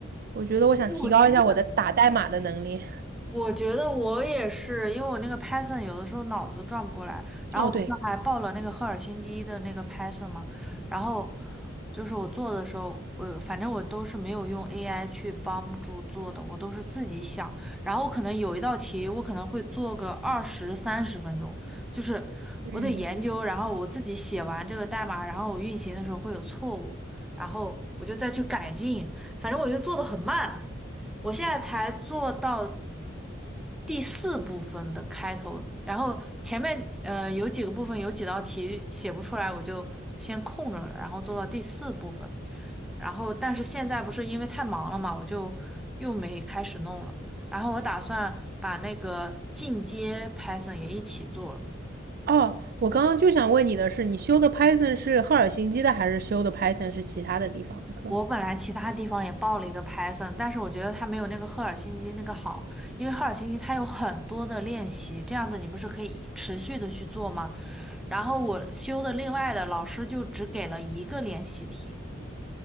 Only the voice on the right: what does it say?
我觉得我想提高一下我的打代码的能力。
哦，对，
嗯，
哦，我刚刚就想问你的是，你修的 Python 是赫尔辛基的，还是修的 Python 是其他的地方的课？